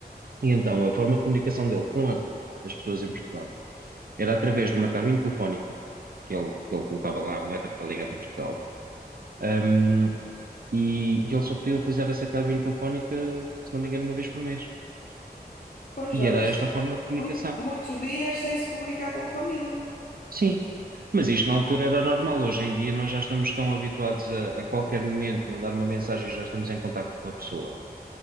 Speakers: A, on the right (about 60°); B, on the left (about 55°).
A: E então a forma de comunicação dele com a- as pessoas em Portugal era através de uma cabine telefónica, que ele, que ele colocava lá a moeda para ligar para Portugal. Ahm, e, e ele só podia utilizar essa cabine telefónica, se não me engano, uma vez por mês.
B: Pois, já
A: E era
B: viste.
A: esta a forma de comunicação.
B: Muito- muitos dias sem se comunicar com a família.
A: Sim, Mas isto na altura era normal. Hoje em dia nós já estamos tão habituados a, a qualquer
B: Sim,
A: momento mandar uma mensagem e já estamos em contacto com a pessoa